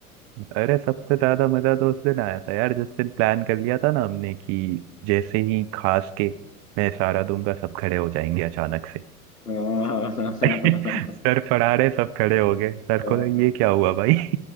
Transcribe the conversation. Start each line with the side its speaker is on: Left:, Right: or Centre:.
Right: अरे सबसे ज्यादा मजा तो उस दिन आया था यार जिस दिन प्लान कर लिया था ना हमने कि जैसे ही खास के मैं इशारा दूंगा सब खड़े हो जाएंगे अचानक से <laughs>
Left: हाँ <laughs> हाँ हाँ
Right: सर
Left: हाँ
Right: पढ़ा रहे सब खड़े हो गए सर
Left: हाँ,
Right: को लगा,
Left: हाँ।
Right: ये क्या हुआ भाई